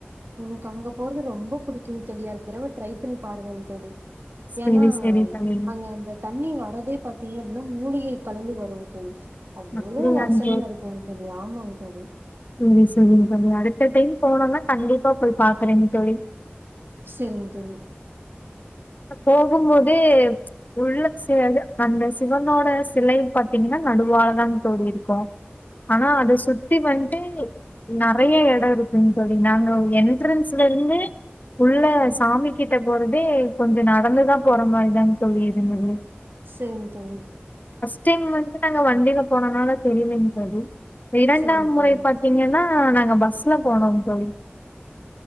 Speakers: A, on the right; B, on the left.
A: எனக்கு அங்க போறது ரொம்ப புடிக்குங்க தோழி அடுத்த தடவ. ட்ரை பண்ணி பாருங்களேன் தோழி.
B: செரி
A: ஏன்னா
B: செரி தோழி
A: அங்க அந்த தண்ணி வரதே பாத்தீங்க அப்படின்னா மூலிகை கலந்து வரு தோழி. அவ்ளோ
B: அப்படியாங்
A: வாசனையா இருக்கும் தோழி ஆமாங்க தோ. தோழி.
B: சேரி சேரிங்க தோழி அடுத்த டைம் போனோம்னா கண்டிப்பா போய் பாக்குறேங்க தோழி.
A: சிந்து.
B: போகும்போதே உள்ள ச அந்த சிவனோட சிலை பாத்தீங்கன்னா நடுவழதான் தோழி இருக்கு. ஆனா அத சுத்தி வந்து. து நறைய இடம் இருக்குன்ங்க தோழி நாங்க என்ட்ரன்ஸ்ல இருந்து உள்ள சாமி கிட்ட போறதே கொஞ்சோ நடந்துதா போற மாரிதாங் தோழி இருந்தது.
A: சேரிங்க தோழி.
B: ஃபர்ஸ்ட் வந்து நாங்க வண்டியில போனனால தெரியலங்க தோழி. இரண்டாம்
A: சரிங்க
B: முறை.
A: தோழி
B: ப்பீங்கன்னா நாங்க பஸ்ல போனோம் தோழி.